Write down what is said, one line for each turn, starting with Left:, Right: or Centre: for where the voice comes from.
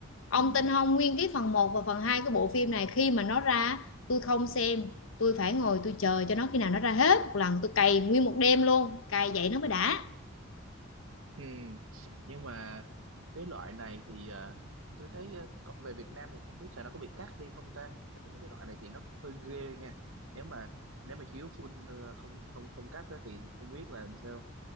Left: Ông
Right: ừ
Left: tin không nguyên cái phần một và phần 2 của bộ phim này khi mà nó ra tôi không xem tôi phải ngồi tôi chờ cho nó khi nào nó ra hết một lần tôi cày nguyên một đêm luôn cày vậy nó mới đã
Right: Ừ. Nhưng mà cái loại này thì à, tôi thấy à, kho- về Việt Nam thì không biết là nó có bị cắt đi không ta? Tại vì mấy cái loại này thì nó cũng hơi ghê nha. Nếu mà nếu mà chiếu full ờ, không không không cắt á thì không biết là làm sao.